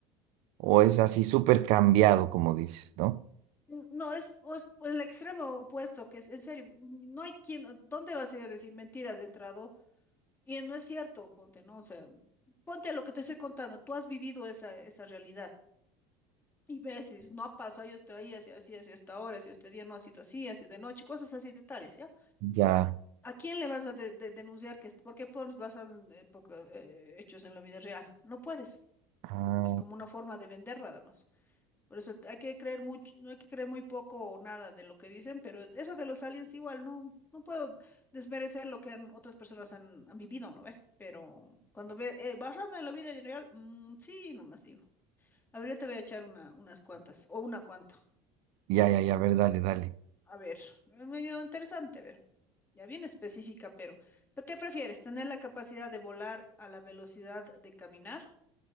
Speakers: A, on the right; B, on the left.
A: o es así súper cambiado, como dices, ¿no?
B: N- No, es, pues, pues, el extremo opuesto, que es, en serio, mm, no hay quien, ¿dónde vas a ir a decir mentiras de entrado? Y no es cierto, ponte, ¿no? O sea, ponte lo que te estoy contando, tú has vivido esa, esa realidad. Y ves, y dices, no ha pasado, yo estoy ahí, así, así, así, hasta ahora, si este día no ha sido así, así de noche, cosas así detalles ¿ya?
A: Ya.
B: ¿A quién le vas a de- de- denunciar que, es- por qué pones basado en eh, poca- eh, hechos en la vida real? No puedes,
A: Ah,
B: es como una forma de vender nada más. Por eso hay que creer mucho, no hay que creer muy poco o nada de lo que dicen, pero eso de los aliens igual, no, no puedo desmerecer lo que han- otras personas han, han vivido, ¿no ve? Pero cuando ve, eh, basarme en la vida en real, mm, sí, nomás digo. A ver, yo te voy a echar una, unas cuantas, o una cuanta.
A: ya, ya, ya, a ver, dale, dale.
B: A ver, es medio interesante, a ver. Ya bien específica, pero, ¿pero qué prefieres? ¿Tener la capacidad de volar a la velocidad de caminar?